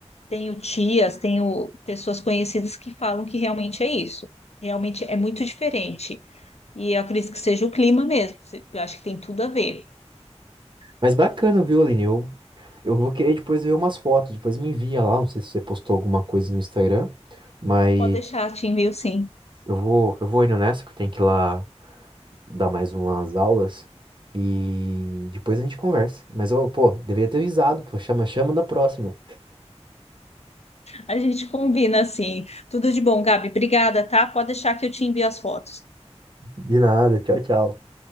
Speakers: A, on the left; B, on the right.
A: Tenho tias, tenho pessoas conhecidas que falam que realmente é isso. Realmente é muito diferente. E eu acredito que seja o clima mesmo. Se- Eu acho que tem tudo a ver.
B: Mas bacana, viu, Aline? Eu, eu vou querer depois ver umas fotos, depois me envia lá. Não sei se você postou alguma coisa no Instagram, mas
A: Pode deixar, te envio sim.
B: eu vou, eu vou indo nessa, que eu tenho que ir lá dar mais umas aulas. E depois a gente conversa. Mas eu, pô, deveria ter avisado, pô, chama, chama da próxima.
A: A gente combina assim. Tudo de bom, Gabi. Obrigada, tá? Pode deixar que eu te envio as fotos.
B: De nada, tchau, tchau.